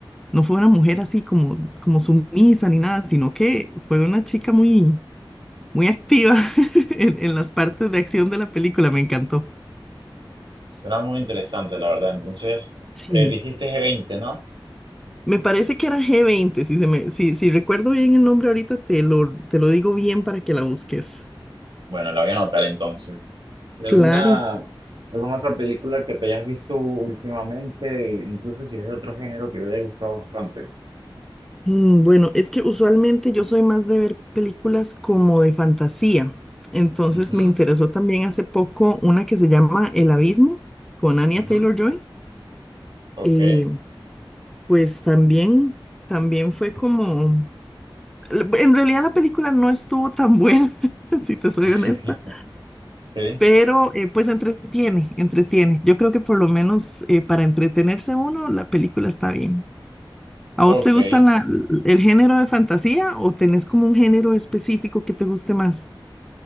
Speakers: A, in the centre; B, on the right.
A: no fue una mujer así como, como sumisa ni nada, sino que fue una chica muy muy activa <laughs> en, en las partes de acción de la película, me encantó.
B: Suena muy interesante, la verdad. Entonces,
A: Sí,
B: eh, dijiste G20, ¿no?
A: me parece que era g veinte si, se me, si, si recuerdo bien el nombre ahorita, te lo, te lo digo bien para que la busques.
B: Bueno, la voy a anotar entonces. ¿Alguna,
A: Claro.
B: alguna otra película que te hayas visto últimamente, incluso si es de otro género que te haya gustado bastante?
A: Mm, Bueno, es que usualmente yo soy más de ver películas como de fantasía. Entonces
B: Ujú,
A: me interesó también hace poco una que se llama El Abismo con Anya
B: ujú,
A: Taylor-Joy.
B: Ok.
A: Eh, pues también, también fue como L- En realidad la película no estuvo tan buena, <laughs> si te soy
B: <laughs>
A: honesta,
B: Sí,
A: pero eh, pues entretiene, entretiene. Yo creo que por lo menos eh, para entretenerse uno, la película está bien. ¿A
B: ok.
A: vos te gustan la- el género de fantasía o tenés como un género específico que te guste más?